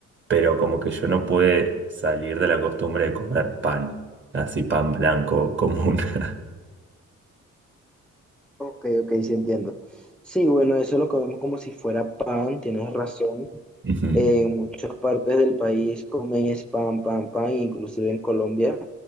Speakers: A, on the right; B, in the centre.
A: pero como que yo no pude salir de la costumbre de comer pan, así pan blanco común. <laughs>
B: Ok, ok, sí entiendo. Sí, bueno, eso lo comemos como si fuera pan, tienes razón.
A: Ujú.
B: En muchas partes del país comen es pan, pan, pan, inclusive en Colombia.